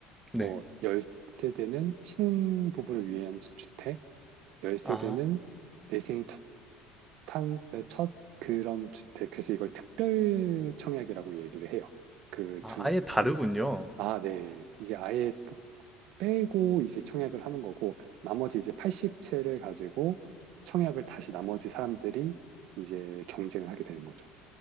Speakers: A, in the centre; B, on the right.
A: 네.
B: 뭐, 10세대는 신부부를 위한 주택, 10세대는
A: 아,
B: 내 생애 첫, 탄, 첫 그런 주택. 그래서 이걸 특별 청약이라고 얘기를 해요. 그
A: 아,
B: 두,
A: 아예 다르군요.
B: 그, 아, 네. 이게 아예 빼고 이제 청약을 하는 거고, 나머지 이제 80채를 가지고 청약을 다시 나머지 사람들이 이제 경쟁을 하게 되는 거죠.